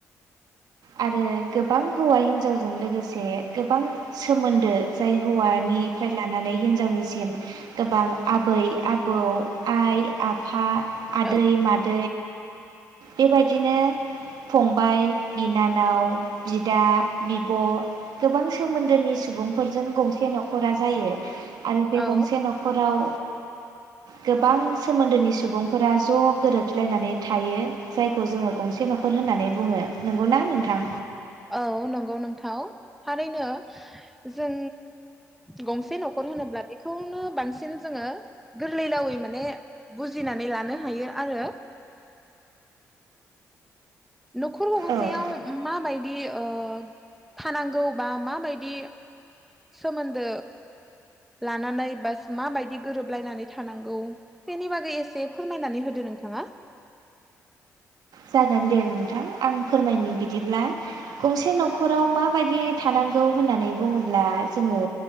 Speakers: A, on the right; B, in the centre.
A: आरो गोबां हौवा हिन्जावजों लोगोसे गोबां सोमोन्दो जाय हौवानिफ्राय लानानै हिनजावनिसिम गोबां आबै-आबौ, आइ-आफा आदै-माद
B: औ
A: बेबायदिनो फंबाय बिनानाव, बिदा, बि ब' गोबां सोमोन्दोनि सुबुंफोरजों गंसे न'खरा जायो आरो बे
B: औ
A: गंसे न'खराव गोबां सोमोन्दोनि सुबुंफोरा ज' गोरोबलायनानै थायो जायखौ जोङो गंसे न'खर होननानै बुङो नंगौना नोंथां
B: औ नंगौ नोंथाव था ओरैनो जों गंसे न'खर होनोब्ला बेखौनो बांसिन जोङो गोरलैरावै माने बुजिनानै लानो हायो आरो न'खर गंसेयाव
A: औ
B: माबायदि ओ थानांगौ गौबा माबायदि सोमोन्दो लानानै बास माबायदि गोरोबलायनानै थानांगौ बेनि बागै एसे फोरमायनानै होदो नोंथाङा
A: जागोन दे नोंथां आं फोरमायनि बिदिब्ला गंसे न'खराव माबायदि थानांगौ होननानै बुङोब्ला जोङो